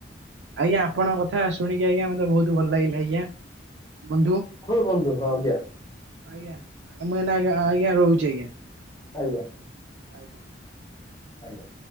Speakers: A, on the right; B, on the left.
A: ଆଜ୍ଞା ଆପଣଙ୍କ କଥା ଶୁଣିକି ଆଜ୍ଞା ମତେ ବହୁତ ଭଲ ଲାଗିଲା ଆଜ୍ଞା, ବନ୍ଧୁ।
B: ହଁଉ ବନ୍ଧୁ ହଁ ଆଜ୍ଞା।
A: ଆଜ୍ଞା ମୁଁ ଏଇନେ ଆଜ୍ଞା ଆଜ୍ଞା ରହୁଛି ଆଜ୍ଞା।
B: ଆଜ୍ଞା।
A: ଆଜ୍ଞା।
B: ଆଜ୍ଞା।